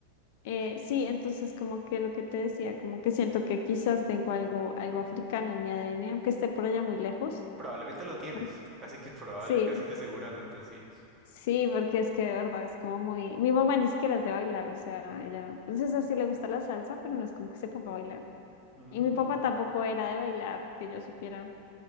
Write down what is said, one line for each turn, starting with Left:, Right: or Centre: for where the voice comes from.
Left: Eh, sí, entonces como que lo que te decía, como que siento que quizás tengo algo, algo africano en mi ADN, aunque esté por allá muy lejos.
Right: Probablemente lo tienes.
Left: Por-
Right: Casi que <laughs> probable,
Left: sí,
Right: casi que seguramente sí.
Left: sí, porque es que de verdad es como muy... Mi mamá ni siquiera es de bailar, o sea, ella, pues esa sí le gusta la salsa, pero no es como que se ponga a bailar.
Right: Mm.
Left: Y mi papá tampoco era de bailar, que yo supiera.